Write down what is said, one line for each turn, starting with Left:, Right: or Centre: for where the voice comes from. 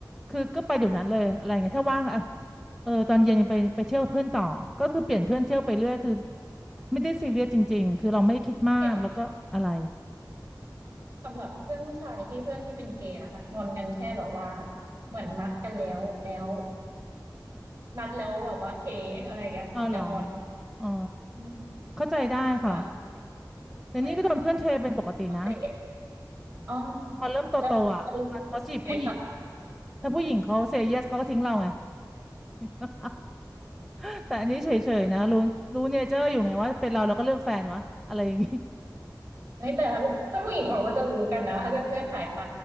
Centre: คือก็ไปเดี๋ยวนั้นเลยอะไรเงี้ยถ้าว่างเออ เออตอนเย็นยังไปไปเที่ยวเพื่อนต่อก็คือเปลี่ยนเพื่อนเที่ยวไปเรื่อยคือไม่ได้ซีเรียสจริงๆคือเราไม่คิดมากแล้วก็อะไร
Right: เห็น สำหรับเพื่อนผู้ชายที่เพื่อนที่เป็นเกย์นะคะงอนกันแค่แบบว่าเหมือนนัดกันแล้วแล้วนัดแล้วแบบว่าเทอะไรอย่างเงี้ยถึงจะงอน
Centre: อ๋อเหรออ๋อ
Right: อืม
Centre: เข้าใจได้ค่ะ
Right: แต่ถ้าเป็นแบบว่าเป็นเพื่อนปล่อยอะไรเงี้ยก็แล้วแต่
Centre: แต่นี่ก็โดนเพื่อนเทเป็นปกตินะ
Right: อ๋อ
Centre: พอเริ่มโตๆอ่ะอ่ะเขาจีบผู้หญิง
Right: แล้วแล้วรู้สึกไงคะ
Centre: ถ้าผู้หญิงเขาเซเยสเขาก็ทิ้งเราไง <laughs> แต่อันนี้เฉยๆนะรู้รู้เนเจอร์อยู่ไงว่าเป็นเราเราก็เลือกแฟนวะอะไรอย่างงี้
Right: เฮ้ยแต่ถ้าแบบเพื่อนผู้หญิงเขาก็จะรู้กันนะถ้าเกิดเพื่อนหายไป